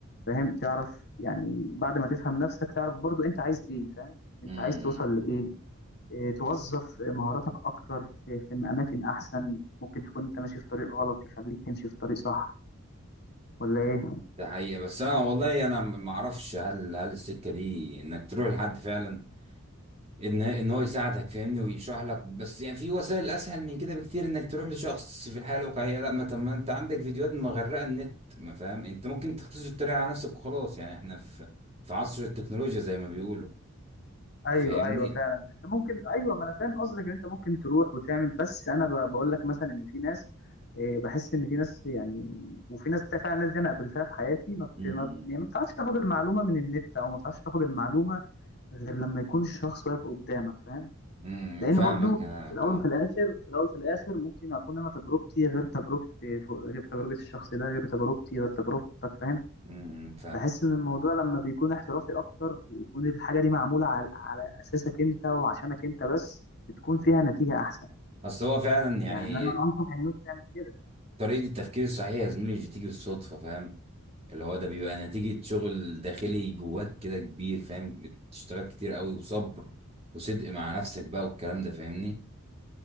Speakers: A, on the left; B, on the right.
A: فاهم تعرف يعني بعد ما تفهم نفسك تعرف برضو انت عايز ايه فاهم
B: امم
A: انت عايز توصل لايه إيه، توظف مهاراتك اكتر في في اماكن احسن ممكن تكون انت ماشي في طريق غلط يخليك تمشي في طريق صح ولا ايه
B: ده حقيقة بس انا والله انا ما اعرفش هل هل السكة دي انك تروح لحد فعلا ان ان هو يساعدك فاهمني ويشرح لك بس يعني في وسائل اسهل من كده بكتير انك تروح لشخص في الحياة الواقعية لا ما طب ما انت عندك فيديوهات مغرقة النت ما فاهم انت ممكن تختصر الطريقة على نفسك وخلاص يعني احنا في في عصر التكنولوجيا زي ما بيقولوا
A: ايوه
B: فاهمني
A: ايوه فعلا انت ممكن ايوه ما انا فاهم قصدك ان انت ممكن تروح وتعمل بس انا ب- بقول لك مثلا ان في ناس إيه، بحس ان في ناس يعني وفي ناس تا- فعلا ناس دي انا قابلتها في حياتي ما بت...
B: امم
A: ما, بت- يعني ما بتعرفش تاخد المعلومه من النت او ما بتعرفش تاخد المعلومه غير لما يكون الشخص واقف قدامك فاهم
B: امم
A: لان
B: فاهمك
A: برضو
B: اه
A: في الاول
B: آه.
A: وفي الاخر في الاول وفي الاخر ممكن اكون انا تجربتي غير تجربتي غير تجربه الشخص ده غير تجربتي غير تجربتك فاهم
B: امم فاهم
A: بحس ان الموضوع لما بيكون احترافي اكتر ويكون الحاجه دي معموله على, على اساسك انت وعشانك انت بس بتكون فيها
B: مم.
A: نتيجه احسن
B: اصل هو فعلا يعني
A: يعني انا انصح الناس تعمل كده
B: طريقة التفكير الصحيح يا زميلي مش بتيجي بالصدفة فاهم اللي هو ده بيبقى نتيجة شغل داخلي جواك كده كبير فاهم بتشتغل كتير قوي وصبر وصدق مع نفسك بقى والكلام ده فاهمني